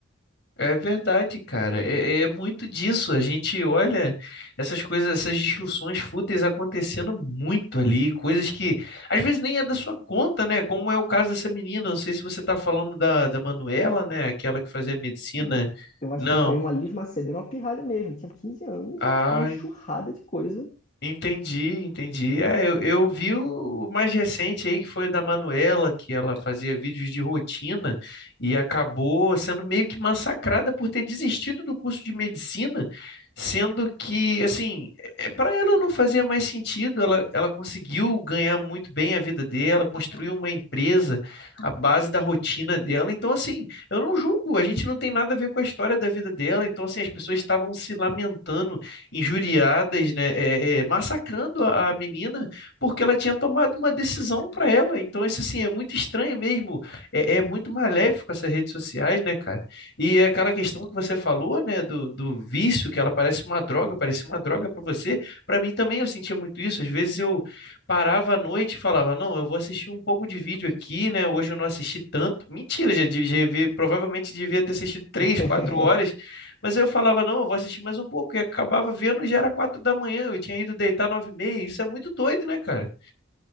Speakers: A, on the left; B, on the left.
A: É verdade, cara. É, é muito disso. A gente olha essas coisas, essas discussões fúteis acontecendo muito ali, coisas que às vezes nem é da sua conta, né? Como é o caso dessa menina. Não sei se você tá falando da, da Manuela, né? Aquela que fazia medicina.
B: Não, eu acho
A: Não.
B: que foi uma Liz Macedo, era uma pirralha mesmo, tinha 15 anos
A: Ah,
B: e tipo uma enxurrada de coisa.
A: Entendi, entendi. É, eu, eu vi o o mais recente aí, que foi da Manuela, que ela fazia vídeos de rotina e acabou sendo meio que massacrada por ter desistido do curso de medicina, sendo que, assim, para ela não fazia mais sentido. Ela, ela conseguiu ganhar muito bem a vida dela, construiu uma empresa à base da rotina dela. Então, assim, eu não julgo, a gente não tem nada a ver com a história da vida dela. Então, assim, as pessoas estavam se lamentando injuriadas, né, é, é, massacrando a, a menina porque ela tinha tomado uma decisão para ela. Então, isso assim é muito estranho mesmo. É, é muito maléfico essas redes sociais, né, cara? E é aquela questão que você falou, né, do, do vício, que ela parece uma droga, parecia uma droga para você. Para mim também eu sentia muito isso. Às vezes eu parava à noite e falava: Não, eu vou assistir um pouco de vídeo aqui, né? Hoje eu não assisti tanto. Mentira, já, devia- provavelmente devia ter assistido três,
B: <laughs>
A: quatro horas mas aí eu falava, não, eu vou assistir mais um pouco. E acabava vendo, já era quatro da manhã. Eu tinha ido deitar nove e meia. Isso é muito doido, né, cara?